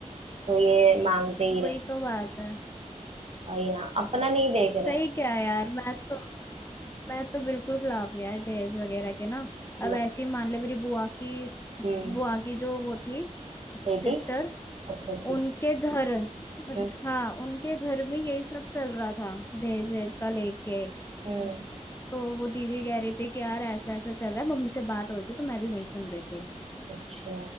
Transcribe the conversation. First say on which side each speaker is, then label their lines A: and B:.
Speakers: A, on the right; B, on the left.
A: तो ये मांगते ही
B: वही
A: रहे
B: तो बात है
A: वही ना अपना नहीं देख
B: सही
A: रहे हैं।
B: क्या है यार मैं तो मैं तो बिल्कुल खिलाफ यार दहेज वगैरह के ना अब
A: मैं-
B: ऐसे ही मान ले मेरी बुआ की
A: हम्म
B: बुआ की जो वो थी
A: बेटी
B: सिस्टर
A: अच्छा ठीक
B: उनके घर उन-
A: हम्म
B: हाँ उनके घर में यही सब चल रहा था दहेज वहेज का लेके
A: हम्म,
B: तो वो दीदी कह रही थी कि यार ऐसा ऐसा चल रहा है मम्मी से बात हो रही थी तो मैं भी वही सुन रही थी
A: अच्छा